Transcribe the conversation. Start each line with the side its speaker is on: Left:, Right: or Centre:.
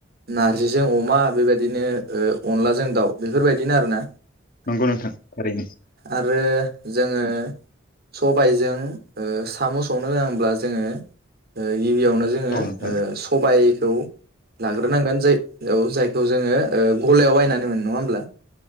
Right: नारजिजों अमा बेबायदिनो अनलाजों दाउ बेफोरबायदिनो आरोना
Left: नंगौ नंगौ नोंथां थारैनो
Right: आरो जोङो सबायजों ओ संनो गोनांब्ला जोङो, गिबियावनो जोङो
Left: औ नोंथां
Right: ओ सबायखौ लाग्रोनांगोन जाय औ जायखौ जोङो गलायाव बायनानै मोनो नङा होमब्ला,